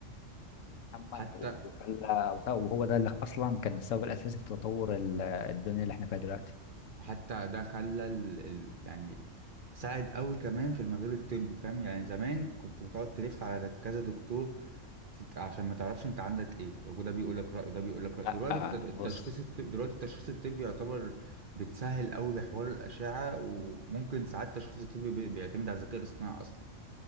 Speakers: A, on the left (about 75°); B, on the right (about 50°).
A: أما
B: حتى
A: العود وخلى وخ- وهو ده اللي أصلا كان السبب الأساسي في تطور ال- الدنيا اللي احنا فيها دلوقتي
B: حتى ده خلى ال... ال... يعني ساعد قوي كمان في المجال الطبي فاهم يعني زمان كنت بتقعد تلف على كذا دكتور تت- عشان ما تعرفش انت عندك ايه وده بيقول لك رأي ده بيقول لك رأي
A: لا
B: دلوقتي الت- التشخيص
A: بص
B: الطبي دلوقتي التشخيص الطبي يعتبر بتسهل قوي بحوار الأشعة وممكن ساعات التشخيص الطبي بي- بيعتمد على الذكاء الاصطناعي اصلا